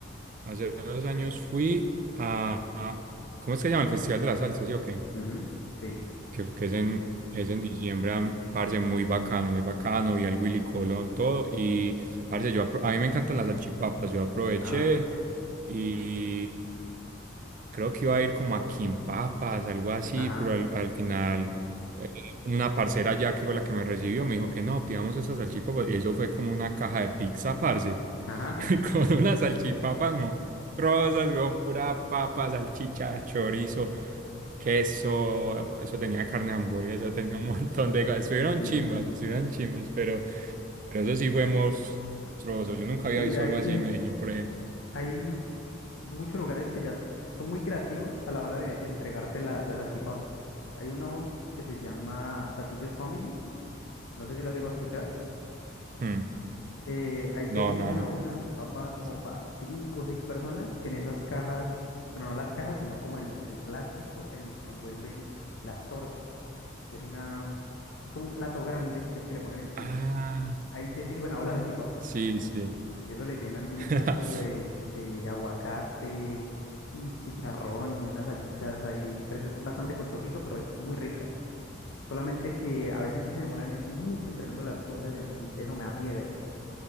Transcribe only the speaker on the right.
hace dos años fui a, a- ¿cómo es que se llama? El Festival de la Salsa, ¿sí o qué?
que, que es en, es en diciembre, am- parce, muy bacano, muy bacano, vi al Willy Colón, todo, y parce, yo, apro- a mí me encantan las salchipapas, yo aproveché
y creo que iba a ir como a Quimpapas, algo así,
pero al, al final eh, una parcera ya que fue la que me recibió, me dijo que no, pidamos esas salchipapas, y eso fue como una caja de pizza, parce,
<laughs> Con unas salchipapas monstruosas, weón, pura papa, salchicha, chorizo, queso, eso tenía carne de hamburguesa, eso tenía un montón de cosas. Estuvieron
chimbas, estuvieron chimbas, pero, pero eso sí fue monstruoso. Yo nunca había
visto
algo
así en Medellín, por ejemplo.
Mm,
no,
nada.
Se-
Ah,
sí, sí.
<laughs>